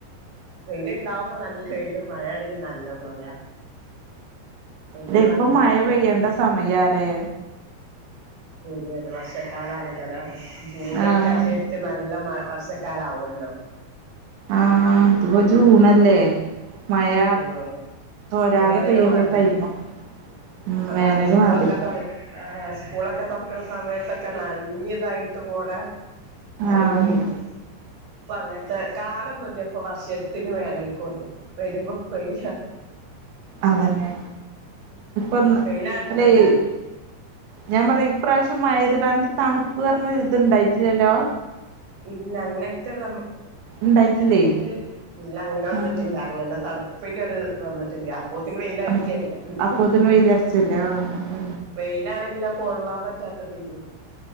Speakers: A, on the right; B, on the right.
A: വെയിൽ ഉണ്ടാവുമ്പോ നല്ല വെയില് മഴയാണെങ്കിൽ നല്ല മഴ അയ്ന്
B: ല്ലെ ഇപ്പൊ
A: മാറ്റൊന്നുല്ല
B: മഴ പെയ്യേണ്ട സമയ ലെ
A: ശരിയത് വർഷക്കാലണ ലാ ലെ ജൂണിലൊക്കെ
B: ആഹ്
A: ആ ശരിത്ത് നല്ല <unintelligible> ക്കാലം ആവുമല്ലോ
B: ആ ഇപ്പൊ ജൂണല്ലേ മയ
A: ആഹ്
B: തൊരാതെ
A: വേനല്
B: പെയ്യുന്ന
A: മാതിരി
B: ടൈമ ഉം
A: അതാണ്
B: വേനല്
A: സ്കൂളൊക്കെ
B: മാതിരി
A: തുറ സ്കൂളൊക്കെ തുറക്കണ സമയത്തൊക് നനഞ്ഞു ഇതായിട്ട് പോണ <unintelligible>
B: ആഹ്
A: ഇപ്പ അങ്ങനത്തെ കാലം ഓന്നുല ഇപ്പൊ വർഷത്തിന് വേനൽക്കള്ളൂ വരുമ്പോ പയ്യ
B: അതന്നെ ഉം <unintelligible>
A: വെയിലാണെങ്കി വെയില്
B: ഞാൻ പറയാ ഈ പ്രശം മഴ പെയ്തികാണ്ട് അന്റെ തണുപ്പ് പറഞ്ഞ ഇതുണ്ടായിട്ടില്ലല്ലോ
A: ഇല്ല അങ്ങനത്തെുള്ള
B: ഇണ്ടായിട്ടില്ലേ
A: ഇല്ല അങ്ങനെ വന്നിട്ടില്ല
B: ആഹ്
A: അങ്ങന തണു പ്പിൻ്റെ ഒരു വന്നിട്ടില്ല പോത്തിന് വെയിൽ അറിക്കല്ല
B: ആഹ്
A: പിന്നെ
B: അപ്പോത്തിന് വെയിലറച്ചല്ലേ ആഹ്
A: വെയിലാണെങ്കില കൊള്ളാൻ പറ്റാത്ത വെയിലും